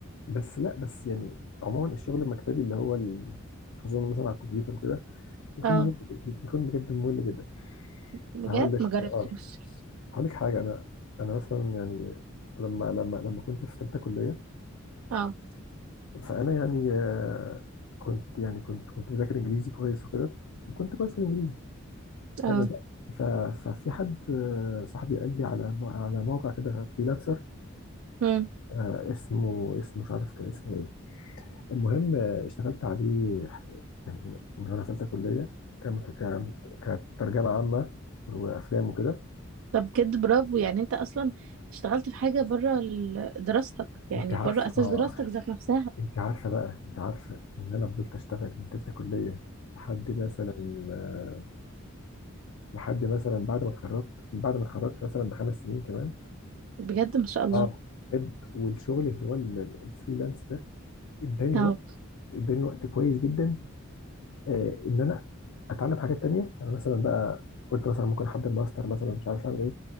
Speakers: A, on the left; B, on the right.
A: بس لا بس يعني عموما الشغل المكتبي اللي هو ال- خصوصا مثلا على الكمبيوتر وكده بيكون
B: اه
A: ممل بيكون بجد ممل جدا
B: بجد
A: هقول لك
B: ما جربتوش
A: اه هقول لك حاجه انا انا مثلا يعني لما لما لما كنت في ثالثه كليه
B: اه
A: فانا يعني آه، كنت يعني كنت كنت بذاكر انجليزي كويس وكده وكنت كويس في الانجليزي فبدات
B: اه
A: ف- ففي حد آه، صاحبي قال لي على م- على موقع كده فريلانسر
B: امم
A: آه، اسمه اسمه مش عارف كان اسمه ايه المهم آه، اشتغلت عليه ح- يعني من من وانا في ثالثه كليه كان كان- كترجمه عامه وافلام وكده
B: طب بجد برافو يعني انت اصلا اشتغلت في حاجه بره ال- دراستك يعني
A: انت عارف
B: بره اساس
A: اه
B: دراستك ذات نفسها
A: انت عارفه بقى انت عارفه ان انا فضلت اشتغل من تالتة كليه لحد مثلا آه، لحد مثلا بعد ما اتخرجت بعد ما اتخرجت مثلا بخمس سنين كمان
B: بجد ما شاء الله
A: اه بجد والشغل اللي هو ال- ال- الفريلانس ده اداني
B: اه
A: وقت اداني وقت كويس جدا آه ان انا اتعلم حاجات تانية يعني مثلا بقى قلت مثلا ممكن احضر ماستر مثلا مش عارف اعمل ايه